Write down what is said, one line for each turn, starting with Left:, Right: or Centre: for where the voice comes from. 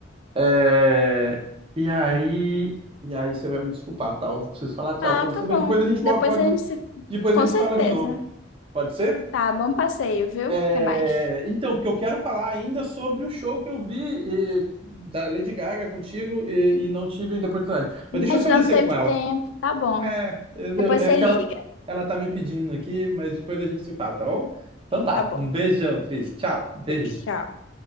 Right: É, E aí, e aí você vai me desculpar, tá? Eu preciso falar tchau
Left: Ah,
Right: pra
Left: tá
Right: você,
Left: bom.
Right: mas depois a gente bo-
Left: Depois
Right: pode,
Left: a gente se...
Right: depois
Left: Com
Right: a gente
Left: certeza.
Right: se fala de novo. Pode ser?
Left: Tá, bom passeio, viu?
Right: É,
Left: Até mais.
Right: Então, porque eu quero falar ainda sobre o show que eu vi e, da Lady Gaga contigo e, e não tive ainda oportunidade. Mas deixa
Left: A gente
Right: eu só descer
Left: não teve
Right: com ela.
Left: tempo, tá bom.
Right: É, eu-
Left: Depois
Right: eu- é
Left: você
Right: que
Left: liga.
Right: ela, ela tá me pedindo aqui, mas depois a gente se fala, tá bom? Então tá,
Left: Tá bom.
Right: um beijão, Cris. Tchau, beijo.
Left: Beijo, tchau.